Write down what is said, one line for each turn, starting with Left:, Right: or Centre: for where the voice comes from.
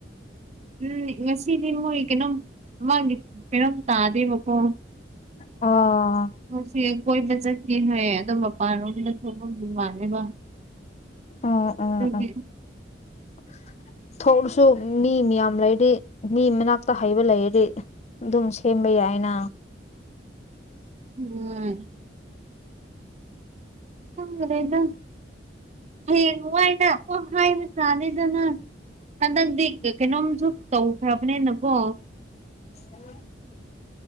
Right: ꯎꯝ ꯉꯁꯤꯗꯤ ꯃꯣꯏ ꯀꯩꯅꯣꯝ ꯃꯥꯒꯤ ꯀꯩꯅꯣꯝ ꯇꯥꯗꯦꯕꯀꯣ
Left: ꯑꯣ
Right: ꯉꯁꯤ ꯑꯩ ꯀꯣꯏꯕ ꯆꯠꯀꯦ ꯍꯥꯏꯌꯦ ꯑꯗꯣ ꯃꯄꯥꯟ ꯂꯣꯝꯗ ꯊꯣꯛꯄꯥꯒꯤ ꯃꯥꯜꯂꯦꯕ
Left: ꯎꯝ
Right: ꯑꯗꯨꯒꯤ
Left: ꯎꯝ ꯎꯝ <unintelligible> ꯊꯣꯛꯂꯁꯨ ꯃꯤ ꯃꯌꯥꯝ ꯂꯩꯔꯤ ꯃꯤ ꯃꯅꯥꯛꯇ ꯍꯩꯕ ꯂꯩꯔꯗꯤ ꯑꯗꯨꯝ ꯁꯦꯝꯕ ꯌꯥꯏꯅ
Right: ꯎꯝ ꯈꯪꯈ꯭ꯔꯦꯗ ꯍꯌꯦꯡ ꯋꯥꯏꯅꯥ ꯑꯣ ꯍꯥꯏꯕ ꯇꯥꯔꯦꯗꯅꯥ ꯍꯟꯗꯛꯇꯤ ꯀꯩꯅꯣꯝꯁꯨ ꯇꯧꯈ꯭ꯔꯕꯅꯤꯅꯀꯣ
Left: ꯍꯜꯂꯣ <inaudible>